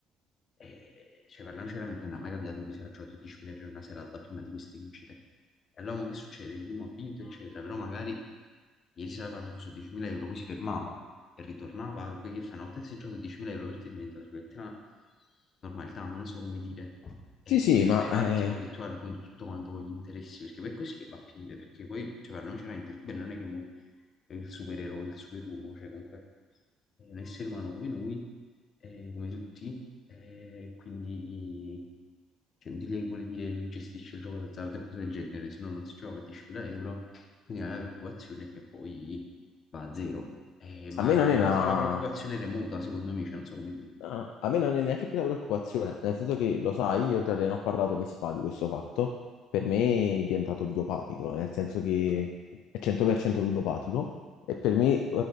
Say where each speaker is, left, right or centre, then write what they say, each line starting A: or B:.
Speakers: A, on the left; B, on the left.
A: e, cioè, parliamoci veramente, non è mai capitato che si era giocato 10 milioni in una serata prima di queste vincite. E allora mo che succede? Che lui mo ha vinto, eccetera, però magari ieri sera parlavo su 10.000 euro, poi si fermava e ritornava, poi che fa? Una volta che sei giocato 10.000 euro per te diventa, tra virgolette, una normalità, non so come dire. E
B: Sì, sì,
A: quello
B: ma
A: poi è
B: eh,
A: un attimo che tu arrotondi tutto quanto con gli interessi, perché poi è così che va a finire, perché poi, cioè, parliamoci veramente, Ruben non è che mo è il supereroe, il superuomo, cioè comunque è un essere umano come noi eh, come tutti, eh, quindi cioè, di lei vuole dire lui gestisce il gioco d'azzardo e cose del genere, se no non si giocava a 10.000 euro, quindi la mia preoccupazione è che poi va a zero. Eh, ma
B: a me
A: non
B: non
A: è
B: è
A: manco
B: una,
A: una preoccupazione remota, secondo me, cioè, non so come dire.
B: a a me non è neanche più una preoccupazione, nel senso che lo sai, io già te ne ho parlato mesi fa di questo fatto, per me è diventato ludopatico, nel senso che è 100% ludopatico e per me eh,